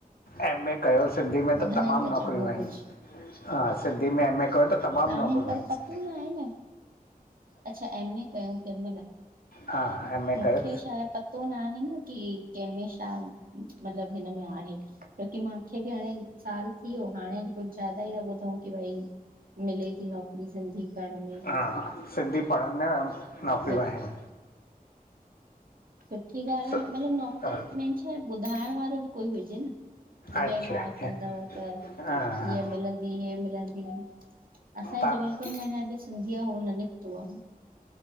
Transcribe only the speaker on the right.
ॿुधाइनि
था
चङो
कुझु
आहिनि
पर
पतो न आहे न अच्छा एम ए कयूं तहिं महिल,
मूंखे
शायद पतो न आहे न, कि कंहिंमे छा मतलब हिन में आहे, छो कि मूंखे बि हाणे साल थी वियो, हाणे कुछ ज्यादा ई था ॿुधऊं कि भई, मिले थी नौकिरी सिंधी करण में
न त
सुठी ॻाल्हि
आहे न, मतलब नौकिरी,
मेन छाहे ॿुधाइण वारो ॿि कोई हुजे न कि
भई हा,
कंदव त
हीअ मिलंदव असांजे
जबलपुर में अञा अॼु सिंधीअ हो न निकतो आ